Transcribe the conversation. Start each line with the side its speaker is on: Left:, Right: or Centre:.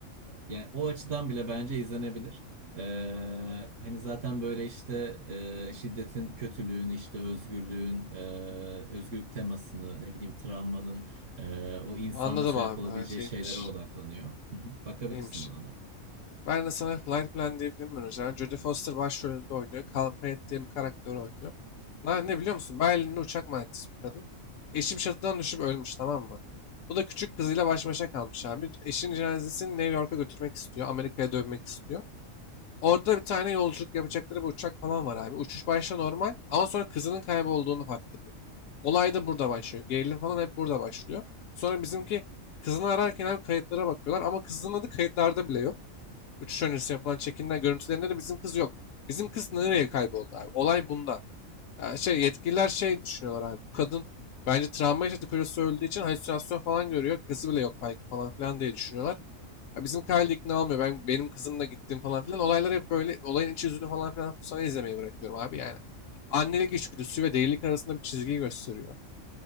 Right: yani o açıdan bile bence izlenebilir. Ee, hani zaten böyle işte e, şiddetin kötülüğün işte özgürlüğün e, özgürlük temasını ne bileyim travmanın e, o insanda
Left: Anladım
Right: sebep
Left: abi.
Right: olabileceği
Left: Evet iyiymiş.
Right: şeylere odaklanıyor. Hı hı. Bakabilirsin
Left: İyiymiş.
Right: buna da.
Left: Ben de sana Flight Plan diye film önereceğim. Jodie Foster başrolünde oynuyor. Call Pratt diye bir karakteri oynuyor. Ne, ne biliyor musun? Berlin'de uçak mühendisi bu kadın. Eşim bir çatıdan düşüp ölmüş tamam mı? Bu da küçük kızıyla baş başa kalmış abi. Eşinin cenazesini New York'a götürmek istiyor. Amerika'ya dönmek istiyor. Orada bir tane yolculuk yapacakları bir uçak falan var abi. Uçuş başta normal ama sonra kızının kaybolduğunu fark ediyor. Olay da burada başlıyor. Gerilim falan hep burada başlıyor. Sonra bizimki kızını ararken hem kayıtlara bakıyorlar ama kızının adı kayıtlarda bile yok. Uçuş öncesi yapılan çekimler görüntülerinde de bizim kız yok. Bizim kız nereye kayboldu abi? Olay bunda. Ya şey yetkililer şey düşünüyorlar abi. Bu kadın bence travma yaşadı kocası öldüğü için halüsinasyon falan görüyor. Kızı bile yok belki falan filan diye düşünüyorlar. Ya bizim Kyle de ikna olmuyor. Ben benim kızımla gittim falan filan. Olaylar hep böyle olayın iç yüzünü falan filan sana izlemeyi bırakıyorum abi yani. Annelik içgüdüsü ve delilik arasında bir çizgiyi gösteriyor.